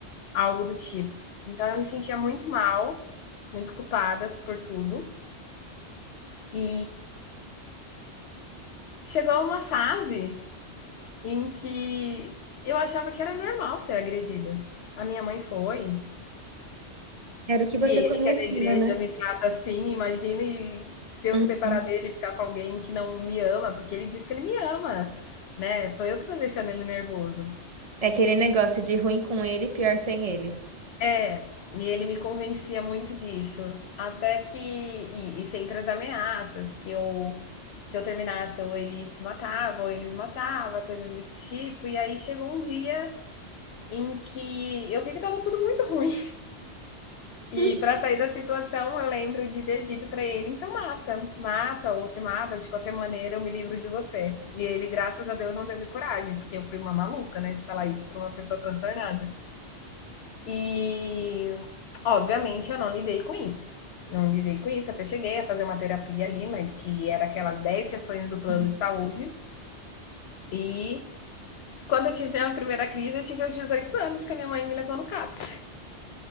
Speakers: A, on the left; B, on the right.
A: algo do tipo. Então eu me sentia muito mal, muito culpada por tudo. E chegou uma fase em que eu achava que era normal ser agredida. A minha mãe foi,
B: era o
A: Se
B: que você
A: ele
B: conhecia,
A: que é da igreja
B: né?
A: me trata assim, imagine se eu
B: uhum.
A: separar dele e ficar com alguém que não me ama, porque ele diz que ele me ama, né? Sou eu que tô deixando ele nervoso.
B: É aquele negócio de ruim com ele, pior sem ele.
A: É, e ele me convencia muito disso. Até que. E, e sempre as ameaças, que eu. Se eu terminasse, ou ele se matava, ou ele me matava, coisas desse tipo. E aí chegou um dia em que eu vi que tava tudo muito ruim.
B: <laughs>
A: E para sair da situação, eu lembro de ter dito para ele: então mata, mata ou se mata, de qualquer maneira eu me livro de você. E ele, graças a Deus, não teve coragem, porque eu fui uma maluca, né, de falar isso para uma pessoa transtornada. E, obviamente, eu não lidei com isso. Não lidei com isso, até cheguei a fazer uma terapia ali, mas que era aquelas 10 sessões do plano
B: Hum.
A: de saúde. E quando eu tive a primeira crise, eu tive aos 18 anos que a minha mãe me levou no CAPS.